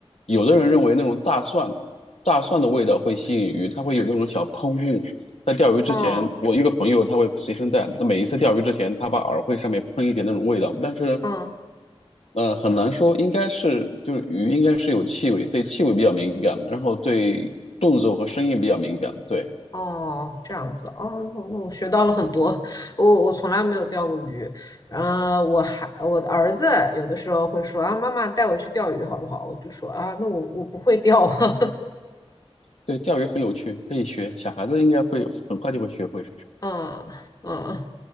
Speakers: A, on the left; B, on the left.
A: 有的人认为那种大蒜，大蒜的味道会吸引鱼，它会有那种小喷雾。在钓鱼之前，
B: <laughs> 哦，
A: 我一个朋友他会随身带，他每一次钓鱼之前，他把饵会上面喷一点那种味道，但是
B: 嗯。
A: 呃很难说，应该是就是鱼应该是有气味，对气味比较敏感，然后对动作和声音比较敏感，对。
B: 哦，这样子哦，我我学到了很多。我我从来没有钓过鱼，然后我还我的儿子有的时候会说啊，妈妈带我去钓鱼好不好？我就说啊，那我我不会钓啊，<laughs>
A: 对，钓鱼很有趣，可以学，小孩子应该会有很快就会学会。
B: 嗯嗯